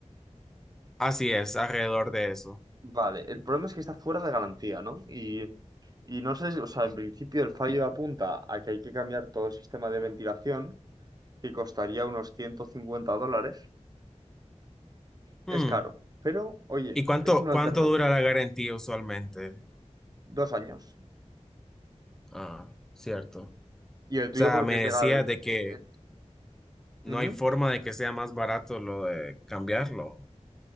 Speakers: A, in the centre; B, on the right (about 35°).
A: Así es, alrededor de eso.
B: Vale, el problema es que está fuera de garantía, ¿no? Y, y no sé, si- o sea, en principio el fallo apunta a que hay que cambiar todo el sistema de ventilación que costaría unos 150 dólares. Es
A: Hmm.
B: caro, pero oye,
A: ¿Y cuánto,
B: es una
A: cuánto
B: alternativa.
A: dura la garantía usualmente?
B: Dos años.
A: Ah, cierto. O
B: Y el tuyo
A: sea,
B: porque
A: me
B: es de
A: decías
B: gal...
A: de que
B: eh,
A: no
B: eh, ujú.
A: hay forma de que sea más barato lo de cambiarlo.